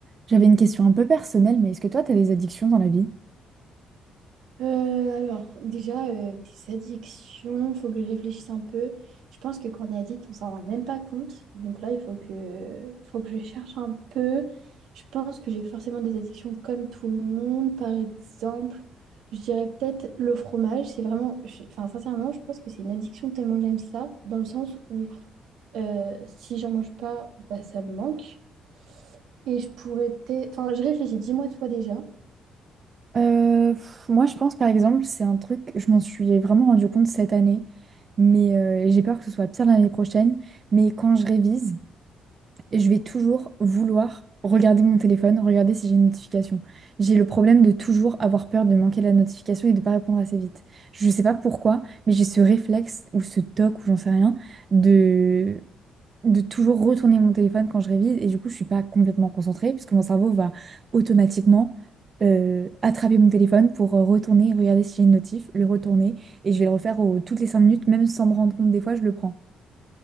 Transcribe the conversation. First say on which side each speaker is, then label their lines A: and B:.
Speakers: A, on the right; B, on the right.
A: J'avais une question un peu personnelle, mais est-ce que toi, t'as des addictions dans la vie?
B: Euh, alors, déjà, euh, tes addictions, faut que je réfléchisse un peu. Je pense que quand on est addict, on s'en rend même pas compte. Donc là, il faut que, faut que je cherche un peu. Je pense que j'ai forcément des addictions comme tout le monde. Par exemple, je dirais peut-être le fromage. C'est vraiment, je- enfin, sincèrement, je pense que c'est une addiction tellement j'aime ça, dans le sens où euh, si j'en mange pas, bah, ça me manque. Et je pourrais peut-être, enfin, je réfléchis, dis-moi toi déjà.
A: Euh, pff, moi, je pense par exemple, c'est un truc, je m'en suis vraiment rendu compte cette année, mais euh, et j'ai peur que ce soit pire l'année prochaine. Mais quand je révise, je vais toujours vouloir regarder mon téléphone, regarder si j'ai une notification. J'ai le problème de toujours avoir peur de manquer la notification et de pas répondre assez vite. Je sais pas pourquoi, mais j'ai ce réflexe ou ce toc ou j'en sais rien de de toujours retourner mon téléphone quand je révise et du coup je suis pas complètement concentrée puisque mon cerveau va automatiquement euh, attraper mon téléphone pour euh, retourner, regarder si j'ai une notif, le retourner et je vais le refaire au- toutes les cinq minutes même sans me rendre compte des fois je le prends.